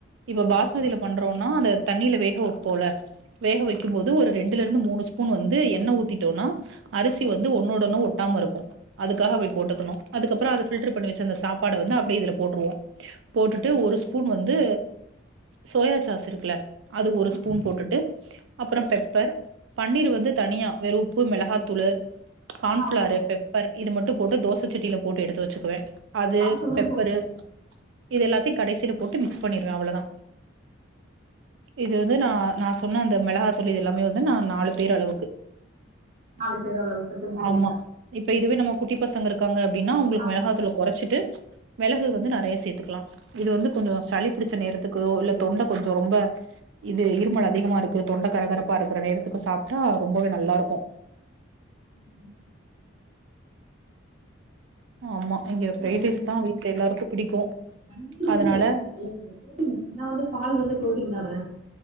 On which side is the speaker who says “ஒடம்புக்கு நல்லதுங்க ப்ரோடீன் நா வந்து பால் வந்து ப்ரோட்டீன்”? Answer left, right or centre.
Right